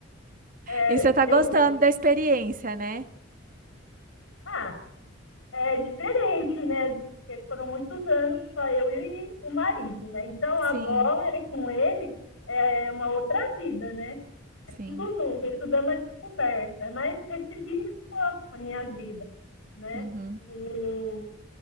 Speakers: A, on the left; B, on the right.
A: É,
B: E você tá
A: eu
B: gostando da experiência, né?
A: Ah, é diferente, né? Porque foram muitos anos só eu e o marido, né? Então agora
B: Sim,
A: é com ele é uma outra vida, né? É tudo
B: sim.
A: novo, é tudo é uma descoberta, mas ressignificou a minha vida, né?
B: Uhum.
A: O